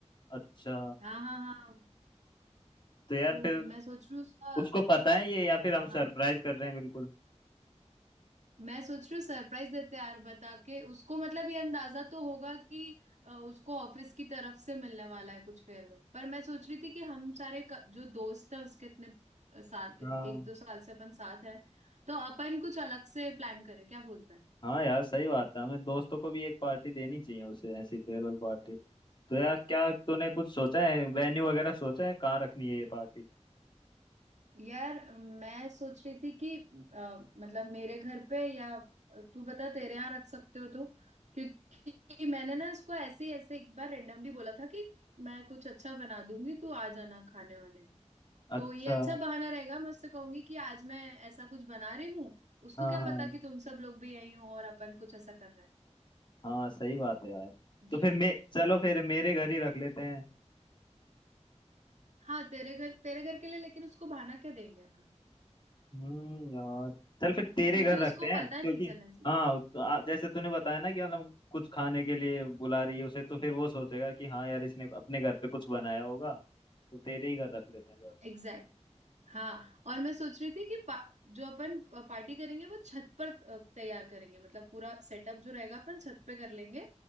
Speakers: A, on the left; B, on the right.
A: अच्छा
B: हाँ हाँ हाँ
A: तो यार
B: तो
A: फिर
B: मैं सोच रही हूँ उसका
A: उसको पता है ये या फिर हम
B: हाँ
A: सरप्राइज कर रहे हैं बिल्कुल
B: मैं सोच रही हूँ सरप्राइज देते हैं यार बता के उसको मतलब ये अंदाजा तो होगा कि अ, उसको ऑफिस की तरफ से मिलने वाला है कुछ फेयरवेल पर मैं सोच रही थी कि हम सारे क- जो दोस्त है उसके इतने अ, साल इत-
A: हाँ
B: एक दो साल से अपन साथ हैं तो अपन कुछ अलग से प्लान करें क्या बोलते हैं
A: हाँ यार सही बात है हमें दोस्तों को भी एक पार्टी देनी चाहिए उसे ऐसी फेयरवेल पार्टी तो यार क्या तूने कुछ सोचा है वेन्यू वगैरह सोचा है कहाँ रखनी है ये पार्टी
B: यार मैं सोच रही थी कि अ, मतलब मेरे घर पे या तू बता तेरे यहाँ रख सकते हो तो क्योंकि मैंने ना इसको ऐसे ही ऐसे एक बार रेंडमली बोला था कि मैं कुछ अच्छा बना दूंगी तू आ जाना खाने वाने तो
A: अच्छा
B: ये अच्छा बहाना रहेगा मैं उससे कहूंगी कि आज मैं ऐसा कुछ बना रही हूँ उसको
A: हाँ
B: क्या
A: हाँ
B: पता कि तुम सब लोग भी यही हो और अपन कुछ ऐसा कर रहा है
A: हाँ सही बात है यार तो
B: ये
A: फिर मैं चलो फिर मेरे घर ही रख लेते हैं
B: हाँ तेरे घर तेरे घर के लिए लेकिन उसको बहाना क्या देंगे अपन
A: हम्म यार चल
B: हम्म।
A: फिर तेरे
B: क्योंकि
A: घर
B: उसको
A: रखते हैं
B: पता
A: क्योंकि
B: नहीं चलना चाहिए
A: हाँ तो आ- जैसे तूने बताया ना कि मतलब कुछ खाने के लिए बुला रही है उसे तो फिर वो सोचेगा कि हाँ यार इसने अपने घर पे कुछ बनाया होगा तो तेरे ही घर रख लेते हैं जरा
B: एग्जैक्ट हाँ और मैं सोच रही थी कि पा, जो अपन पार्टी करेंगे वो छत पर अ, तैयार करेंगे मतलब पूरा सेटअप जो रहेगा अपन छत पे कर लेंगे